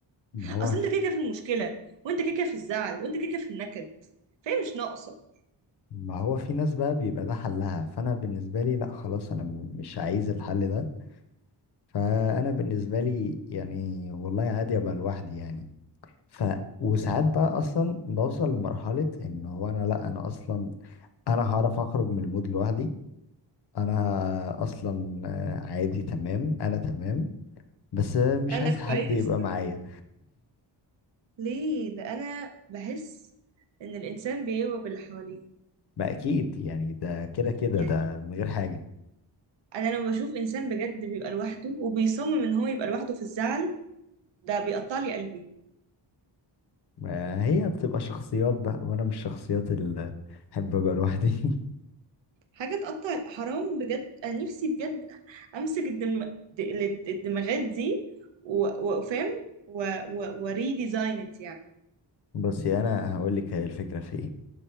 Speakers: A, on the left; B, on the right.
A: ما
B: اصل
A: هو
B: انت كده كده في المشكلة وانت كده كده في الزعل وانت كده كده في النكد فاهم مش ناقصة
A: ما هو في ناس بقى بيبقى ده حلها فانا بالنسبة لي لا خلاص انا مش عايز الحل ده فانا بالنسبه لي يعني والله عادي ابقى لوحدي يعني ف وساعات بقى اصلا بوصل لمرحله ان هو انا لا انا اصلا انا هعرف اخرج من المود لوحدي انا اصلا آه، عادي تمام انا تمام بس آه، مش
B: انا
A: عايز حد
B: كويس
A: يبقى معايا
B: ليه ده انا بحس ان الانسان بيغرب اللي حواليه
A: ما اكيد يعني ده كده كده
B: يعني
A: ده من غير حاجه
B: انا لما بشوف انسان بجد بيبقى لوحده وبيصمم ان هو يبقى لوحده في الزعل ده بيقطع لي قلبي
A: ما هي بتبقى شخصيات بقى وانا مش الشخصيات اللي احب ابقى لوحدي <laughs>
B: حاجه تقطع حرام بجد انا نفسي بجد امسك الدم... د- الد- الدماغات دي و- وافهم و... و... وريديزاين ات يعني
A: بس انا هقول لك هي الفكره في ايه